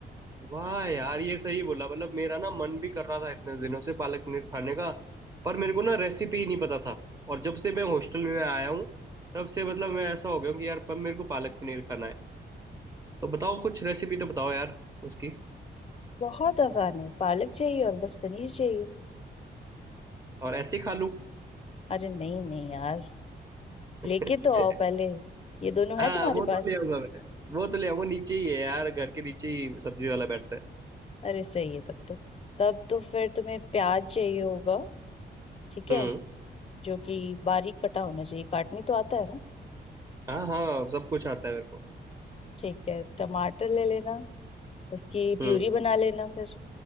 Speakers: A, on the right; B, on the left.
A: वाह यार ये सही बोला मतलब मेरा ना मन भी कर रहा था इतने दिनों से पालक पनीर खाने का पर मेरे को ना रेसिपी नहीं पता था और जब से मैं हॉस्टल में आया हूँ तब से मतलब मैं ऐसा हो गया हूं कि यार पर मेरे को पालक पनीर खाना है तो बताओ कुछ रेसिपी तो बताओ यार उसकी
B: बहुत आसान है पालक चाहिए और बस पनीर चाहिए
A: और ऐसे ही खा लूं
B: अरे नहीं नहीं यार लेके
A: <laughs>
B: तो आओ पहले ये दोनों
A: हाँ
B: है तुम्हारे
A: वो तो
B: पास
A: ले आऊंगा मैं वो तो ले आऊंगा नीचे ही है यार घर के नीचे ही सब्जी वाला बैठता है
B: अरे सही है तब तो तब तो फिर तुम्हें प्याज चाहिए होगा ठीक है
A: हम्म
B: जो कि बारीक कटा होना चाहिए काटनी तो आता है ना
A: हाँ हाँ सब कुछ आता है मेरे को
B: ठीक है टमाटर ले लेना उसकी
A: हम्म
B: प्यूरी बना लेना फिर